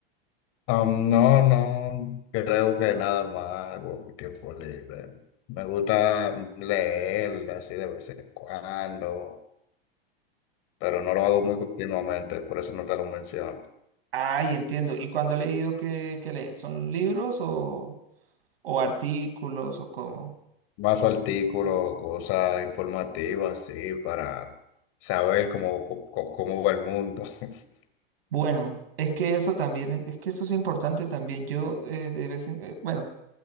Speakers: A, on the left; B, on the right.
A: am, no, no, creo que nada más con mi tiempo libre. Me gusta leer así de vez en cuando, pero no lo hago muy continuamente, por eso no te lo menciono.
B: Ay, entiendo. ¿Y cuando ha leído qué, qué lee? ¿Son libros o, o artículos o cómo?
A: Más artículos, cosas informativas, sí, para saber cómo, cómo, cómo va el mundo. <laughs>
B: Bueno, es que eso también, es es que eso es importante también. Yo eh, de vez en, eh, bueno,